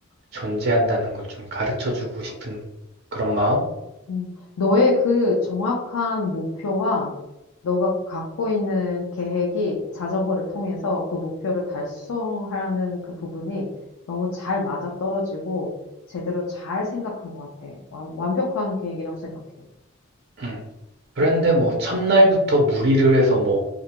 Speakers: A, on the right; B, on the left.
A: 존재한다는 걸 좀 가르쳐 주고 싶은 그런 마음?
B: 음, 너의 그 정확한 목표와 너가 갖고 있는 계획이 자전거를 통해서 그 목표를 달성하는 그 부분이 너무 잘 맞아떨어지고 제대로 잘 생각한 것 같아. 완, 완벽한 계획이라고 생각해.
A: 음. 그런데
B: 음,
A: 뭐 첫날부터 무리를 해서 뭐